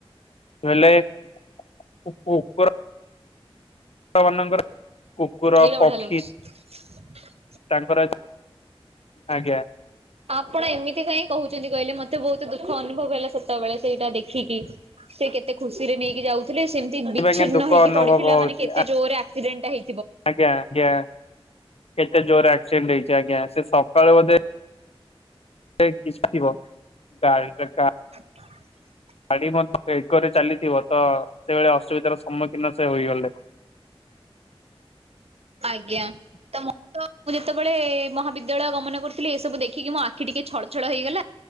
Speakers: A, on the left; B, on the right.
A: ହେଲେ କୁ-କୁର ମାନଙ୍କର କୁକୁର
B: ଏଇଟା ବଢିଆ
A: ପକ୍ଷୀ
B: ଲାଗୁଛି। <inaudible>
A: ତାଙ୍କର ଆଜ୍ଞା
B: ଆପଣ ଏମିତି କାଇଁ କହୁଛନ୍ତି କହିଲେ ମତେ ବହୁତ ଦୁଃଖ ଅନୁଭବ ହେଲା, ସେତେବେଳେ ସେଇଟା ଦେଖିକି। ସେ କେତେ ଖୁସି ରେ ନେଇକି ଯାଉଥିଲେ ।ସେମିତି
A: ସେଥିପାଇଁ
B: ବିଛିନ୍ନ
A: ଦୁଃଖ
B: ହେକି
A: ଅନୁଭବ
B: ପଡିଥିଲା
A: ହଉଛି
B: ମାନେ କେତେ ଜୋରରେ ଆକ୍ସିଡେଣ୍ଟା ହେଇ
A: ଆଜ୍ଞା ଆଜ୍ଞା ।କେତେ ଜୋର ଆକ୍ସିଡେଣ୍ଟ ହେଇଛି ଆଜ୍ଞା, ସେ ସକାଳେ ବୋଧେ ସେ କିଛି <unintelligible>
B: <inaudible>
A: ଗାଡି ମଧ୍ୟ ଏକରେ ଚାଲିଥିବ ତ ସେଭଳି ଅସୁବିଧାର ସମ୍ମୁଖୀନ ସେ ହୋଇଗଲେ।
B: ଆଜ୍ଞା ।ତ ମୁଁ ତ, ମୁଁ ଯେତେବେଳେ ମହାବିଦ୍ୟାଳୟ ଗମନ କରୁଥିଲି, ଏସବୁ ଦେଖିକି ମୋ ଆଖି ଟିକେ ଛଳ ଛଳ ହେଇଗଲା।